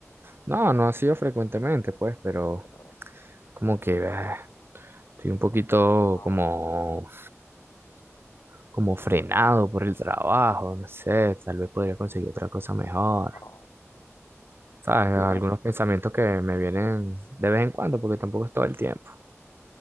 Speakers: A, on the right (about 45°); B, on the left (about 80°).
A: No, no ha sido frecuentemente, pues, pero
B: Pero
A: como que ah, estoy un poquito
B: no,
A: como, como frenado por el trabajo, no sé, tal vez podría conseguir otra cosa mejor,
B: no.
A: ¿sabes?
B: Sí,
A: Algunos
B: ah,
A: pensamientos que me vienen de vez en cuando, porque tampoco es todo el tiempo,